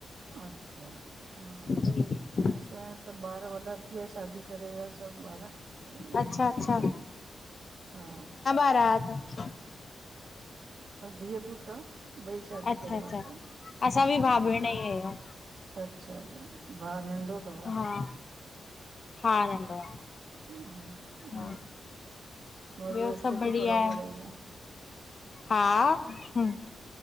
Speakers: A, on the right (about 60°); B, on the left (about 35°).
A: अच्छा हा।
B: जी <inaudible>
A: असांया त ॿार वॾा थी वया शादी करे वया। सब <unintelligible> बर वई
B: अच्छा अच्छा
A: व ब हा
B: रहा थ <unintelligible> <inaudible>
A: धीअ पुट आ, ॿई शादी
B: अच्छा
A: करे
B: अच्छा
A: वरतोंउं।
B: असां बि भाउ भेण ई आहियूं।
A: अच्छा -अच्छा, भाउ नंढो तव?
B: हा, हा नंॾो
A: हा, ॿियो
B: आ।
A: मज़ो
B: ॿियो
A: अचे
B: सभु बढ़िया
A: तो पढ़ाई
B: आहे?
A: वढ़ाई में?
B: हा, हम्म-